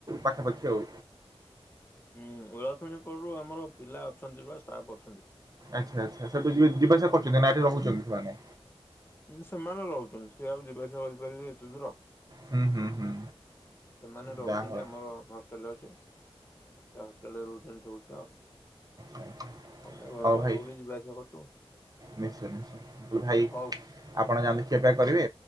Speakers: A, on the right; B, on the left.
A: ପାଖାପାଖି ଆଉ।
B: ହୁଁ ଓଳାଶୁଣି ପୁରୁରୁ ଆମର ପିଲା ଅଛନ୍ତି ବା ଷ୍ଟାଫ ଅଛନ୍ତି।
A: ଆଚ୍ଛା ଆଚ୍ଛା ସେଠୁ ଯ ଯିବାସିବା କରୁଚନ୍ତି ନା ଏଠି ରହୁଚନ୍ତି ସେମାନେ।
B: ସେମାନେ ରହୁଛନ୍ତି ସେ ଆଉ ଯିବା ଆସିବା କରିପାରିଲେ ଏତେ ଦୂର।
A: ହୁଁ ହୁଁ ହୁଁ
B: ସେମାନେ ରହୁଛନ୍ତି
A: ଯାହା ହଉ
B: ଆମର ହଷ୍ଟେଲ ଅଛି। ହୋଟେଲ ରହୁଚନ୍ତି ସବୁଟ।
A: ଆଚଛା ଆଚ୍ଛା
B: ଭଲେ ଘର
A: ହଉ
B: ପାଖରୁ
A: ଭାଇ
B: ଗୋଟେ ଯିବାଆସିବା କରୁଚୁ।
A: ନିଶ୍ଚୟ ନିଶ୍ଚୟ ଭାଇ
B: ହଉ
A: ଆପଣ ଜାନ୍ତୁ ଖିଆପିଆ ଜାଣୁ କରିବେ।